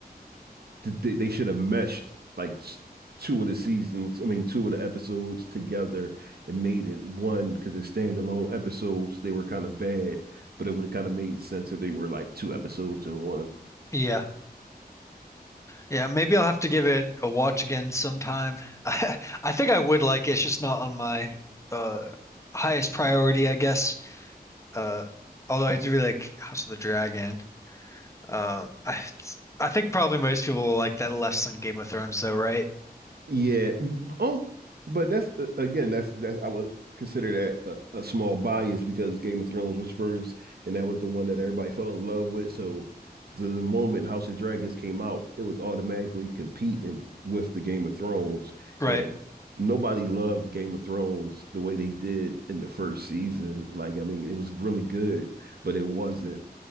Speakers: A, on the right; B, on the left.
A: that they, they should have meshed like s- two of the seasons, I mean two of the episodes together and made it one because they're standalone episodes. They were kind of bad, but it would have kind of made sense if they were like two episodes in one.
B: Yeah. Yeah, maybe I'll have to give it a watch again sometime. <laughs> I, I think I would like it. It's just not on my uh highest priority, I guess. Uh although I do really like House of the Dragon. Uh I I think probably most people will like that less than Game of Thrones though, right?
A: Yeah. Um, but that's uh, again, that's that's I would consider that a, a small bias because Game of Thrones was first, and that was the one that everybody fell in love with. So the, the moment House of Dragons came out, it was automatically competing with the Game of Thrones,
B: Right.
A: and nobody loved Game of Thrones the way they did in the first season. Like, I mean, it was really good, but it wasn't